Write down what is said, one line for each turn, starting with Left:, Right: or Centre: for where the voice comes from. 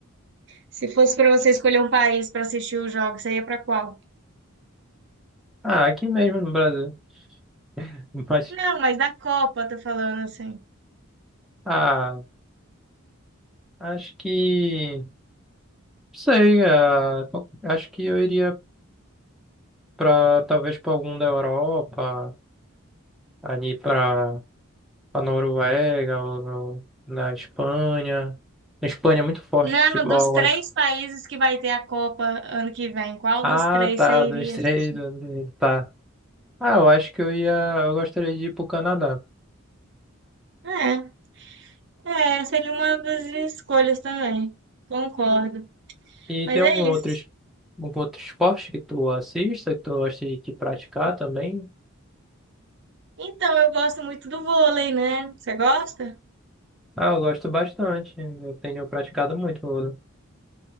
Right: Se fosse para você escolher um país para assistir os jogos, você ia para qual?
Centre: Ah, aqui mesmo no Brasil. <laughs> Mas,
Right: Não, mas da Copa, eu tô falando assim.
Centre: ah, acho que, não sei, ah, acho que eu iria para talvez para algum da Europa, ali para a Noruega, ou no- na Espanha. Na Espanha é muito forte
Right: Não,
Centre: o futebol,
Right: dos três
Centre: eu acho.
Right: países que vai ter a Copa ano que vem, qual
Centre: Ah,
Right: dos três
Centre: tá,
Right: você iria
Centre: dois, três,
Right: assistir?
Centre: dois, três, tá. Ah, eu acho que eu ia, eu gostaria de ir pro Canadá.
Right: É, é, seria uma das escolhas também. Concordo.
Centre: E
Right: Mas
Centre: tem
Right: é
Centre: algum outro,
Right: isso.
Centre: es- algum outro esporte que tu assista, que tu gosta de, de praticar também?
Right: Então, eu gosto muito do vôlei, né? Você gosta?
Centre: Ah, eu gosto bastante, né? eu tenho praticado muito. vôlei.